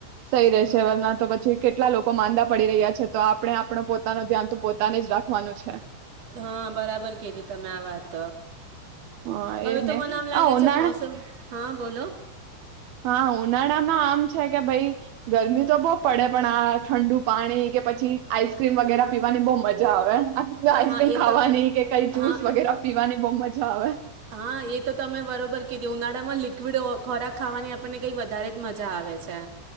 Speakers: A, on the right (about 80°); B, on the right (about 35°).
A: સહી રહેશે, વરના તો પછી કેટલા લોકો માંદા પડી રહ્યા છે, તો આપણે આપણો પોતાનું ધ્યાન તો પોતાને જ રાખવાનું છે.
B: હા બરાબર કીધી તમે આ વાત.
A: હા
B: હવે
A: એજ
B: તો
A: ને.
B: મને આમ લાગે
A: આ ઉનાળા
B: છે મોસમ હા બોલો.
A: હા ઉનાળામાં આમ છે કે ભઈ ગરમી તો બહું પડે પણ આ ઠંડુ પાણી કે પછી આઈસક્રીમ વગેરા પીવાની બહું મજા આવે. આ આઈસ્ક્રીમ
B: હા એ
A: ખવાની
B: તો
A: કે કઈ જુસ
B: હા
A: વગેરે પીવાની બહુ મજ જા આવેે.
B: હા એ તો તમે બરોબર કીધું. કી ઉનાળામાં લિક્વિડ ખોરાક ખાવાની આપણને કઈક વધારે જ મજા આવે છે.